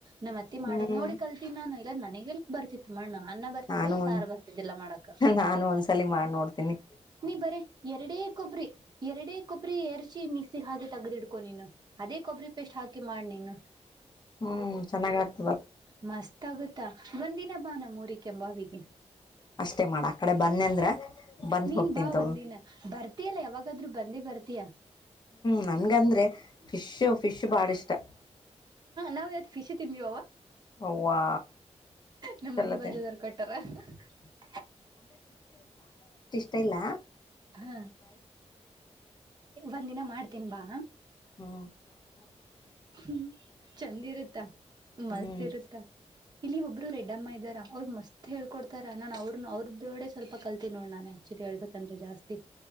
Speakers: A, on the right; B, on the left.
A: ನಮ್ಮತ್ತೆ ಮಾಡೋದು
B: ಹ್ಮ್
A: ನೋಡಿನೋಡಿ ಕಲ್- ಇನ್ನೆಲ್ಲಿ ನನಗೆಲ್ಲಿ ಬರ್ತಿತ್ತು ಮಣ್ಣು.. ಅನ್ನ ಬರ್ತಿದ್ದಿಲ್ಲ
B: ನಾನು ಒಂದ್
A: ಸಾರ ಬರ್ತಿದ್ದಿಲ್ಲ ಮಾಡಕ
B: ನಾನು ಒಂದ್ಸಲಿ ಮಾಡ್ ನೋಡ್ತೀನಿ
A: ನೀ ಬರೇ ಎರಡೇ. ಕೊಬ್ಬರಿ ಎರಡೇ ಕೊಬ್ಬರಿ ಎರ್ಚಿ ಮಿಕ್ಸಿಗೆ ಹಾಗೆ ತೆಗೆದು ಇಡ್ಕೊ ನೀನು. ಅದೇ ಕೊಬ್ಬರಿ ಪಸ್ಟ್ ಹಾಕಿ ಮಾಡು ನೀನು.
B: ಹ್ಮ್ ಚೆನ್ನಾಗಿ ಆಗುತ್ತೆ.
A: ಮಸ್ತ್ ಆಗುತ್ತೆ. ಮತ್ತಾ ಒಂದಿನ ಬಾ ನಮ್ಮ ಊರಿಕೆ ಬಾವಿಗೆ.
B: ಅಷ್ಟೇ ಮಾಡ ಆ ಕಡೆ ಬಂದೆ ಅಂದ್ರ ಬಂದ್
A: ನೀನ್
B: ಹೋಗ್ತೀನ್
A: ಬಾ
B: ತಗೋ
A: ಒಂದಿನ ಬರ್ತಯಲ್ಲ ಯಾವಾಗದರೂ. ಬಂದೇ ಬರ್ತೀಯಾ.
B: ನನಗೆ ಅಂದರೆ ಫಿಶ್ ಫಿಶ್ ಬಹಳ ಇಷ್ಟ. ತ್ತ <inaudible>
A: ನಾವು ಇವತ್ತು ಫಿಶ್ ತಿಂದೀವ.
B: ಅವ್ವಾ
A: ನಮ್ಮ್
B: ಚಲೋ
A: ಮನೆ ಬಾಜುದರ
B: ತಿಂದ
A: ಕೊಟ್ಟಾರ. ಹ <inaudible>
B: ಮಾತ್ತಿಲ್ಲ.
A: ಹಾ. ಒಂದ್ ದಿನ ಮಾಡ್ತೀನ್ ಬಾ.
B: ಹು.
A: ಹ್ಮ ಚಂದ್ ಇರುತ್ತ ಮಸ್ತ
B: ಹ್ಮ್
A: ಇರುತ್ತ. ಇಲ್ಲಿ ಒಬ್ರು ರೆಡ್ಡಮ್ಮ ಇದ್ದಾರ ಅವ್ರು ಮಸ್ತ್ ಹೇಳ್ಕೊಡ್ತಾರ ನಾನ್ ಅವ್ರ್ ಅವ್ರ್ ದೊಡೆ ಸ್ವಲ್ಪ ಕಲ್ತಿ ನೋಡ್ನ ನಾನ್ ಆಕ್ಚುಲಿ ಹೇಳ್ಬೇಕಂದ್ರೆ ಸ್ವಲ್ಪ ಜಾಸ್ತಿ.